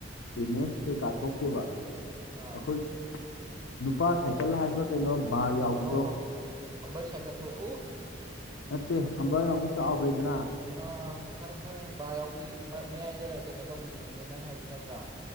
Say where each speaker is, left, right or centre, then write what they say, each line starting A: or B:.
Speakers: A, on the left; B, on the right.
A: ꯚꯤꯃꯦꯁ ꯀꯩꯀꯥ ꯊꯣꯛꯇꯦꯕ ꯑꯩꯈꯣꯏ
B: ꯑꯥ
A: ꯅꯨꯄꯥ ꯁꯥꯏꯀꯜ
B: ꯑꯥ
A: ꯍꯥꯏꯕ꯭ꯔꯥ ꯀꯩꯅꯣ ꯕꯥꯔ ꯌꯥꯎꯕꯤꯗꯣ꯫
B: ꯍꯣꯏ ꯍꯣꯏ ꯍꯝꯕꯔ ꯁꯥꯏꯀꯜꯗꯣ ꯑꯣ꯫
A: ꯅꯠꯇꯦ ꯍꯝꯕꯔꯅ ꯑꯃꯨꯛ ꯆꯥꯎꯈ꯭ꯔꯦꯗꯅ꯫
B: ꯑꯥ ꯈꯪꯉꯦ ꯈꯪꯉꯦ ꯕꯥꯔ ꯌꯥꯎꯕꯤ ꯃꯌꯥꯏꯗ ꯀꯩꯅꯣ ꯇꯧꯕꯤꯗꯨꯅꯤꯅꯦ ꯅꯪ ꯍꯥꯏꯁꯤ ꯅꯠꯇ꯭ꯔꯥ꯫